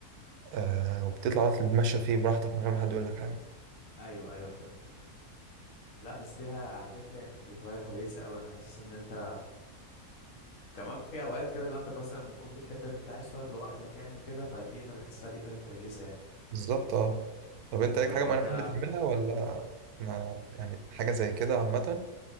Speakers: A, on the right; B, on the left.
A: آه وبتطلع بقى تتمشى فيه براحتك من غير ما حد يقول لك حاجة
B: ايوه ايوه فهمتك لا بس دي على فكرة يعني دي هواية كويسة اوي انا حاسس ان انت كمان في اوقات كده لو انت مثلا بتكون بتحب ان انت عايز تقعد لوحدك يعني وكده فدي انا بحسها دي حاجة كويسة يعني
A: بالظبط اه طب انت ليك
B: طب
A: حاجه
B: وانت
A: معينه بتحب تعملها ولا ما يعني حاجه زي كده عامه